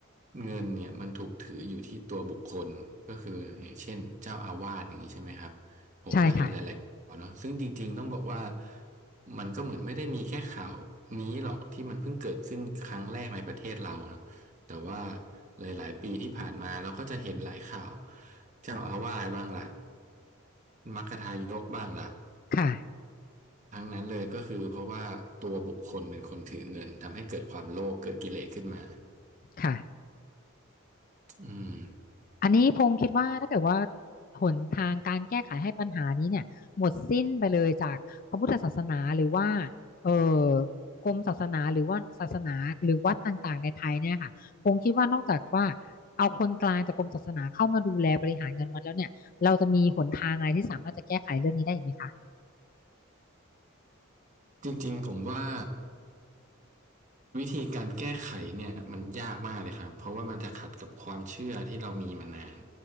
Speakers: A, on the right; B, on the left.
A: เงินเนี่ยมันถูกถืออยู่ที่ตัวบุคคลก็คืออย่างเช่นเจ้าอาวาสอย่างนี้ใช่ไหมครับผมก็เห็นหลายๆข่าวเนาะซึ่งจริงๆต้องบอกว่า
B: ใช่ค่ะ
A: มันก็เหมือนไม่ได้มีแค่ข่าวนี้หรอกที่มันเพิ่งเกิดขึ้นครั้งแรกในประเทศเราเนาะแต่ว่าหลายๆปีที่ผ่านมาเราก็จะเห็นหลายข่าวเจ้าอาวาสบ้างล่ะมัคคทายกบ้างล่ะ
B: ค่ะ
A: ทั้งนั้นเลยก็คือเพราะว่าตัวบุคคลเป็นคนถือเงินทำให้เกิดความโลภเกิดกิเลสขึ้นมา
B: ค่ะ
A: อืม
B: อันนี้พงษ์คิดว่าถ้าเกิดว่าหนทางการแก้ไขให้ปัญหานี้เนี่ยหมดสิ้นไปเลยจากพระพุทธศาสนาหรือว่าเออกรมศาสนาหรือว่าศาสนาหรือวัดต่างๆในไทยเนี่ยค่ะพงษ์คิดว่านอกจากว่าเอาคนกลางจากกรมศาสนาเข้ามาดูแลบริหารเงินวัดแล้วเนี่ยเราจะมีหนทางอะไรที่สามารถจะแก้ไขเรื่องนี้ได้อีกไหมคะ
A: จริงๆผมว่าวิธีการแก้ไขเนี่ยมันยากมากเลยครับเพราะว่ามันจะขัดกับความเชื่อที่เรามีมานาน